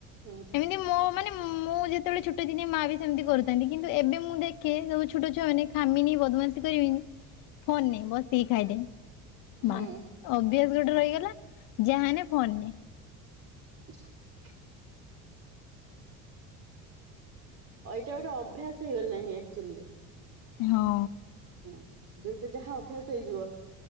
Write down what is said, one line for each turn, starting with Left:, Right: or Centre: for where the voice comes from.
Right: ହୁଁ।
Left: ଏମିତି ମୋ ମାନେ ମୁଁ ଯେତବେଳେ ଛୋଟ ଥିନି ମାଆ ବି ସେମିତି କରୁଥାନ୍ତି କିନ୍ତୁ ଏବେ ମୁଁ ଦେଖେ ସବୁ ଛୋ ଛୋଟ ଛୁଆ ମାନେ ଖାମିନି ବଦମାସ କରିବେନି ଫୋନ ନେ ବସିକି ଖାଇଦେ।
Right: ହୁଁ
Left: ବାସ୍ ଅଭ୍ୟାସ ଗୋଟେ ରହିଗଲା ଯାହାନେ ଫୋନ୍ ନେ।
Right: <inaudible> ହୁଁ ଅଇଟା ଗୋଟେ ଅଭ୍ୟାସ ହେଇଗଲାଣିି ଆକଚୁଲିରେ।
Left: ହଁ।
Right: ହଁ ଯୋଉଟା ଯାହା ଅଭ୍ୟାସ ହେଇଯିବ।